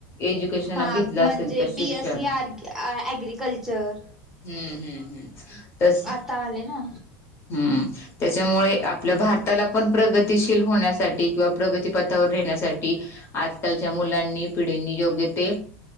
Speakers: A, on the left; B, in the centre.
A: एज्युकेशन
B: हा
A: घेतलं
B: म्हणजे
A: असेल तर
B: बी
A: शिक्षण
B: एस सीर आग्रिकलचर
A: हम्म हम्म हम्म तस
B: आता आले ना
A: हम्म त्याच्यामुळे आपल्या भारताला पण प्रगतीशील होण्यासाठी किंवा प्रगतीपथावर येेण्यासाठी आजकालच्या मुलांनी पिढींनी योग्य ते